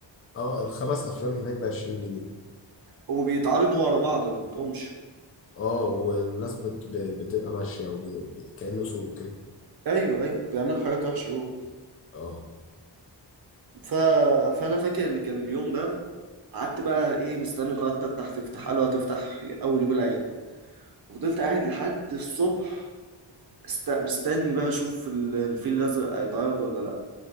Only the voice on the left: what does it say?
اه الخمس افلام هناك ب 20 جنيه
اه والناس بت... ب- بتبقى ماشيه وب... ب- كانه سوق كده
اه